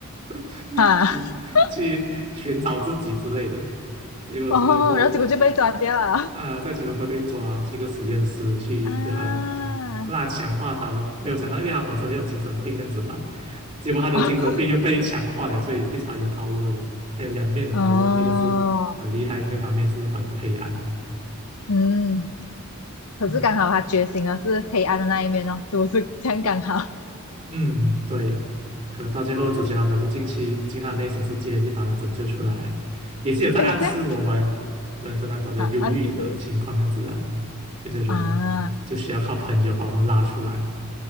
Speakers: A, on the right (about 30°); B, on the left (about 75°).
A: <laughs>
B: 啊
A: 去去寻找自己之类的，
B: <laughs>
A: 结果吉隆坡
B: 哦，然后结果就被抓掉了
A: 啊、在吉隆坡被抓，去一个实验室去对他让
B: 啊
A: 他强化他咯，没有想到，因为他本身就有精神病这样子嘛，结果他的精神病又被强化了，
B: <laughs>
A: 所以变成他有 power 了，他有两面的
B: 哦
A: power，一个是很厉害，另一个方面是很黑暗，
B: 嗯，可是刚好他觉醒了是黑暗的那一面哦，
A: 嗯。
B: 是不是这样刚好？
A: 嗯，对，可能到最后主角他们就进去进他的内心世界，
B: 嗯，
A: 去把他拯救出来，也是有在暗示我们人生当中的忧郁的情况这样子啊。
B: 哎，这样啊啊是 <laughs>
A: 有些人就需要靠朋友把我们拉出来，
B: 啊，